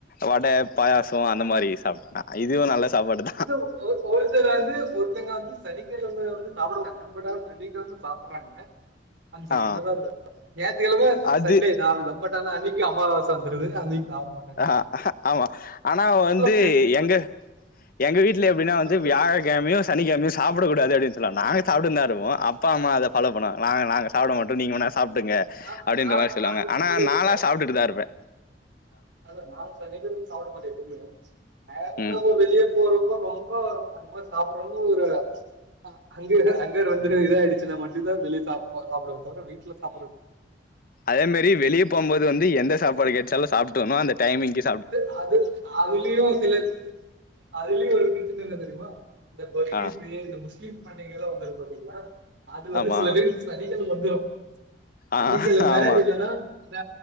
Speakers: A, on the left; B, on the right.
A: வட பாயாசோ அந்த மாரி சாப்ட நா இதுவு நல்ல சாப்பாடுதா
B: ஒ ஓ ஒருத்தர் வந்து ஒருத்தங்க வந்து சனிக்கெழம வந்து சாப்ட <unintelligible> பட் சனிக்கெழம சாப்டறாங்க ங்க
A: ஆ
B: <unintelligible> ஞாயத்துக்கெழமை
A: அது
B: சண்டே நார்மலா பட் ஆனா அன்னிக்கு அம்மாவாச வந்துருது அன்னிக்கு சாப்டமாட்
A: ஆ ஆமா ஆனா வந்து
B: பிரி
A: எங்க எங்க வீட்ல எப்டின்னா
B: சொல்லுங்க
A: வந்து வியாழக்
B: சொல்லுங்க
A: கழமயு சனிக்கெழமியு சாப்ட கூடாது அப்டினு சொல்வாங்க நாங்க சாப்ட்டுனு தா இருப்போ அப்பா அம்மா அத ஃபாலோ பன்னுவாங்க நாங்க நாங்க சாப்ட மாட்டோ நீங்க வேணா சாப்டுங்க
B: நா
A: அப்டின்ற
B: நா
A: மாரி சொல்வாங்க
B: நாங்க
A: ஆனா
B: சனிக்கிழமை
A: நாலா சாப்ட்டுட்டுதா இருப்ப
B: இல்ல நான் சனிகெழமியு சாப்டமாட்ட எதுமே மேல
A: ம்
B: நம்ம வெளிய போறப்போ ரொம்ப அந்த மாரி சாப்டுறோன்னு ஒரு அங்கருக்க அங்கனவந்து இத ஆய்டுச்சுன்னா மட்டுந்தா வெளிய சாப்பாடு சாப்டுவ தவுர வீட்ல சா
A: அதேமேரி வெளிய போம்போது வந்து எந்த சாப்பாடு கெட்ச்சாலு சாப்ட்டுனு அந்த டைமிங்கு
B: அது அது அதுலியு சிலது அதுலயு ஒரு பிரச்சன என்ன தெரிமா இந்த பக்ரீத்து
A: ஆ
B: இந்த முஸ்லீம் பண்டிகைல்லா வந்தது பாத்தீங்ளா அது வந்து
A: ஆமா
B: சிலது சனிக்கெழம வந்துரு
A: ஆ
B: சனிக்கெழம
A: ஆமா
B: இல்லனா இந்த